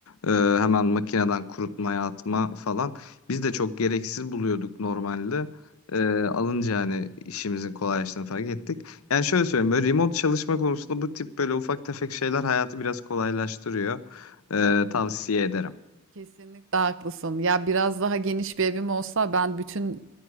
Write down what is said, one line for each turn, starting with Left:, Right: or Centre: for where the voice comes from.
Left: Eee, hemen makineden kurutmaya atma falan. Biz de çok gereksiz buluyorduk normalde. Eee, alınca hani işimizin kolaylaştığını fark ettik. Yani şöyle söyleyeyim böyle remote çalışma konusunda bu tip böyle ufak tefek şeyler hayatı biraz kolaylaştırıyor. Ee, tavsiye ederim.
Right: Kesinlikle haklısın. Ya biraz daha geniş bir evim olsa ben bütün